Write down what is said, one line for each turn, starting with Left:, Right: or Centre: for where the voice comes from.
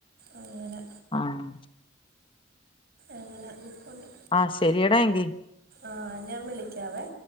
Right: അങ്ങനെ
Left: ആഹ്
Right: അങ്ങനെ നിക്കൊണ്ട്
Left: ആഹ്, ശെരിയടാ എങ്കി.
Right: ആഹ് ഞാൻ വിളിക്കാവേ!.